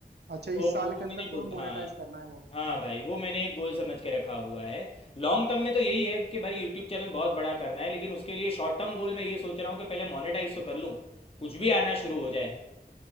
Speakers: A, on the right; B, on the left.
A: अच्छा
B: तो
A: इस साल
B: वो
A: के अंदर
B: मैंने गोल
A: तुम्हें मोनेटाइज
B: हाँ
A: करना है वो
B: हाँ भाई वो मैंने एक गोल समझ के रखा हुआ है लॉन्ग टर्म में तो यही है कि भाई यूट्यूब चैनल बहुत बड़ा करना है लेकिन उसके लिए शॉर्ट टर्म गोल मैं ये सोच रहा हूँ कि पहले मोनेटाइज तो कर लूँ कुछ भी आना शुरू हो जाए